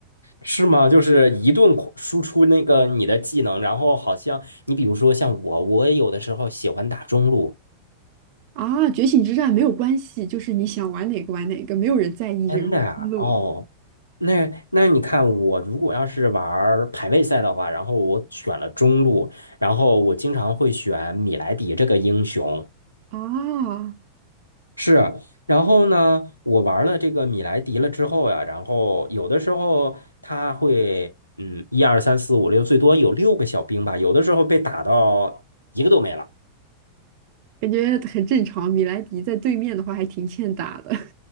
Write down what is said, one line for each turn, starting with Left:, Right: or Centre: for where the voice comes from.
Left: 是吗？就是一顿狂输出那个你的技能，然后好像你比如说像我，我有的时候喜欢打中路，
Right: 啊！《觉醒之战》没有关系，就是你想玩哪个玩哪个，没有人在意这个思路
Left: 真的啊，哦那那你看，我如果要是玩儿排位赛的话，然后我选了中路，然后我经常会选米莱狄这个英雄，
Right: 啊，
Left: 是。然后呢，我玩了这个米莱狄了之后呀，然后有的时候他会，嗯，一二三四五六，最多有六个小兵吧，有的时候被打到一个都没了。
Right: 感觉很正常。米莱迪在对面的话还挺欠打的，